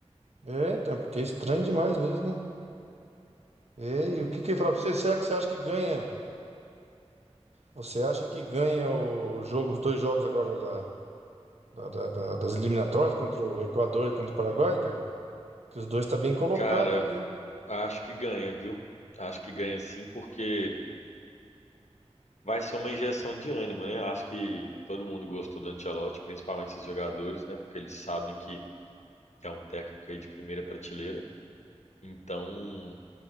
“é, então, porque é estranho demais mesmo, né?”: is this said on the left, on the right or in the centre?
Right